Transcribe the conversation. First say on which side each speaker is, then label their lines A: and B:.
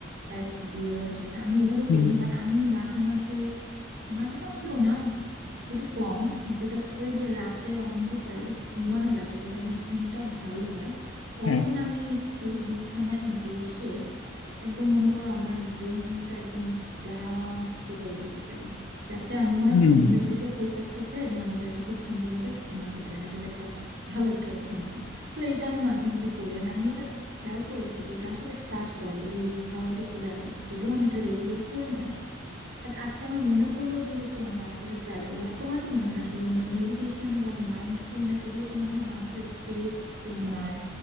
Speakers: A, on the right (about 55°); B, on the left (about 85°).
A: অ্যাপ দিয়ে বা কিছু একটা আমি ওইভাবে
B: হুম
A: করিনি বাট আমি মাঝে মাঝে মাঝে মাঝেও না খুবই কম যেটা করি যে রাতে অন্ধকারে ঘুমানোর আগে যদি আমার ঘুমটা ভালো হয় তখন
B: হ্যাঁ
A: আমি একটু বিছানায় বসে একদম মনে করো আমার ব্রেনটা একদম ব্ল্যাঙ্ক করে দিতে চাই যাতে আমার
B: হুম
A: ঘুমের দিকে ফোকাসটা যায় এবং আমি যাতে খুব সুন্দরভাবে ঘুমাতে পারি আমার যাতে একটা ভালো একটা ঘুম হয় সো এটা আমি মাঝে মাঝে করি আর আমি এটা খেয়াল করেছি যেটা আসলে কাজ করে যদি ভালো মতো করা যায় যদিও আমি এটা রেগুলার করি না বাট আজকে আমার মনে পড়লো যেহেতু আমি আজকে এটা ট্রাই করবো আর তোমার কি মনে হয় আসলে মেডিটেশন বা মাইন্ডফুলনেস এগুলো তো মনে হয় মানুষের স্ট্রেস কমায়